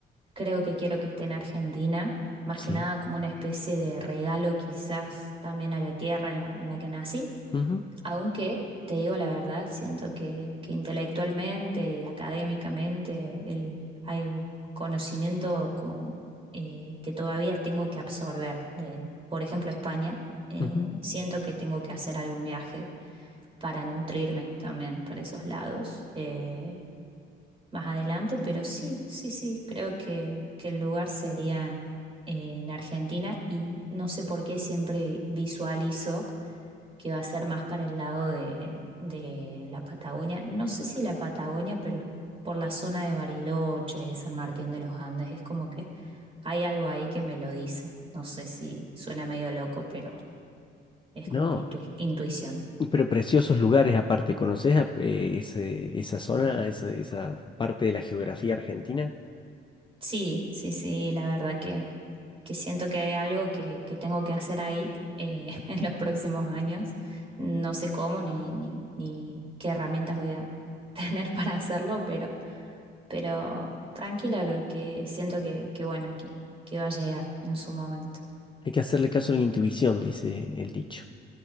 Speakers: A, on the right (about 30°); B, on the left (about 25°).
A: creo que quiero que esté en Argentina, más
B: Sí.
A: que nada como una especie de regalo quizás también a la tierra en la, en la que nací.
B: Ujú,
A: Aunque te digo la verdad, siento que, que intelectualmente y académicamente el, hay conocimiento como eh, que todavía tengo que absorber de, por ejemplo, España. Eh,
B: ujú.
A: siento que tengo que hacer algún viaje para nutrirme también para esos lados eh, más adelante, pero sí, sí, sí, creo que, que el lugar sería eh, en Argentina y no sé por qué siempre visualizo que va a ser más para el lado de, de la Patagonia. No sé si la Patagonia, pero por la zona de Bariloche, San Martín de los Andes, es como que hay algo ahí que me lo dice. No sé si suena medio loco, pero es
B: No.
A: como una intu- intuición.
B: Pero preciosos lugares aparte, ¿conoces a- eh, ese- esa zona, esa, esa parte de la geografía argentina?
A: Sí, sí, sí, la verdad que, que siento que hay algo que, que tengo que hacer ahí eh, <laughs> en los próximos años. No sé cómo ni, ni, ni qué herramientas voy a <laughs> tener para hacerlo, pero... pero tranquila que, que siento que, que bueno, que, que va a llegar en su momento,
B: Hay que hacerle caso a la intuición, dice el dicho.